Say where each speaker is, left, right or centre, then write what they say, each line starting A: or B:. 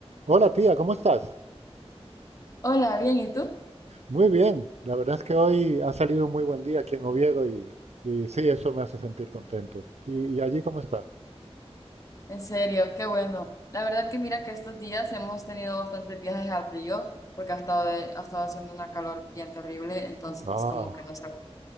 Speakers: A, on the right; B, on the left.
A: Hola tía, ¿cómo estás?
B: Hola, bien, ¿y tú?
A: Muy bien, la verdad es que hoy ha salido un muy buen día aquí en Oviedo y, y sí, eso me hace sentir contento. ¿Y, y allí cómo está?
B: En serio, qué bueno. La verdad que mira que estos días hemos tenido bastantes viajes al frío porque ha estado, de- ha estado haciendo una calor bien terrible, entonces
A: Ah,
B: es como que no sabe.